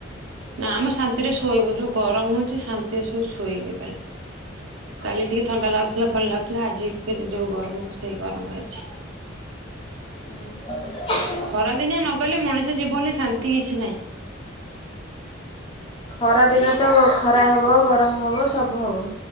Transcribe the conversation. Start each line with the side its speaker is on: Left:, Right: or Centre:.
Right: ନା ମ ଶାନ୍ତିରେ ଶୋଇବୁ ଯୋଉ ଗରମ ହଉଛି ଶାନ୍ତିରେ ସବୁ ଶୋଇବେ କାଳେ। କାଲି ଟିକେ ଥଣ୍ଡା ଲାଗୁଥିଲା ଭଲ ଲାଗୁଥିଲା ଆଜି ଫେରେ ଯୋଉ ଗରମକୁ ସେଇ ଗରମ ଆଜି।
Left: ଉଁ ହୁଁ।
Right: ଖରା ଦିନିଆ ନ ଗଲେ ମଣିଷ ଜୀବନରେ ଶାନ୍ତି କିଛି ନାହିଁ।
Left: ଖରା ଦିନ ତ ଖରା ହବ ଗରମ ହବ ସବୁ ହବ।